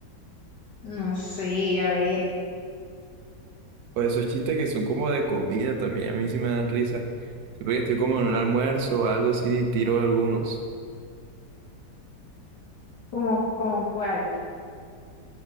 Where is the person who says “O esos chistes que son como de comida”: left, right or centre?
Right